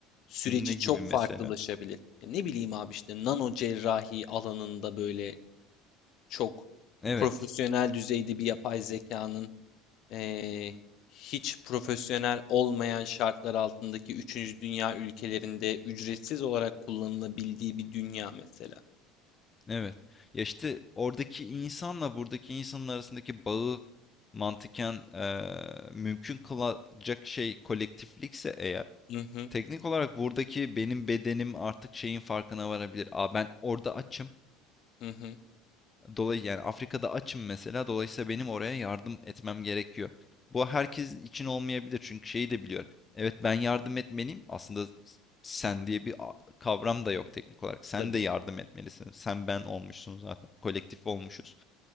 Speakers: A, on the left; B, on the left.
A: süreci
B: Ne
A: çok
B: gibi mesela?
A: farklılaşabilir. E ne bileyim abi işte nano cerrahi alanında böyle çok
B: Evet.
A: profesyonel düzeyde bir yapay zekanın eee, hiç profesyonel olmayan şartlar altındaki üçüncü dünya ülkelerinde ücretsiz olarak kullanılabildiği bir dünya mesela.
B: Evet. Ya işte oradaki insanla buradaki insanın arasındaki bağı mantıken eee, mümkün kılacak şey kolektiflikse eğer
A: Hı hı,
B: teknik olarak buradaki benim bedenim artık şeyin farkına varabilir. Aa ben orada açım.
A: hı hı.
B: Dolayı yani Afrika'da açım mesela. Dolayısıyla benim oraya yardım etmem gerekiyor. Bu herkes için olmayabilir çünkü şeyi de biliyorum. Evet ben yardım etmeliyim. Aslında sen diye bir a- kavram da yok teknik olarak. Sen
A: Tabii,
B: de yardım etmelisin. Sen ben olmuşsun zaten. Kolektif olmuşuz.